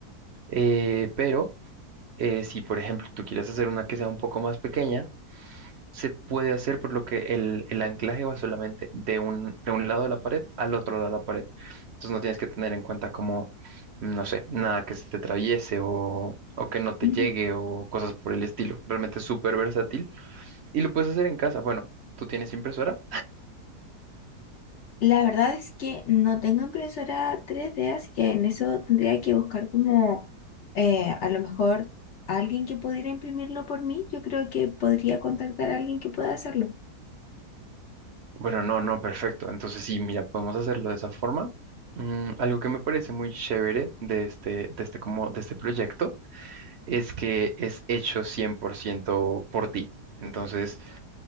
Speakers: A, on the right (about 60°); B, on the left (about 70°).
A: eh, pero eh, si, por ejemplo, tú quieres hacer una que sea un poco más pequeña, se puede hacer por lo que el, el anclaje va solamente de un, de un lado de la pared al otro lado de la pared. Entonces, no tienes que tener en cuenta como, mm, no sé, nada que se te atraviese o... o que no te
B: Ujú.
A: llegue o cosas por el estilo. Realmente es súper versátil y lo puedes hacer en casa. Bueno, ¿tú tienes impresora?
B: La verdad es que no tengo impresora tres d así que en eso tendría que buscar como eh, a lo mejor alguien que pudiera imprimirlo por mí. Yo creo que podría contactar a alguien que pueda hacerlo. <laughs>
A: Bueno, no, no, perfecto. Entonces sí, mira, podemos hacerlo de esa forma. Mm, algo que me parece muy chévere de este, de este, como, de este proyecto es que es hecho 100% por ciento por ti. Entonces,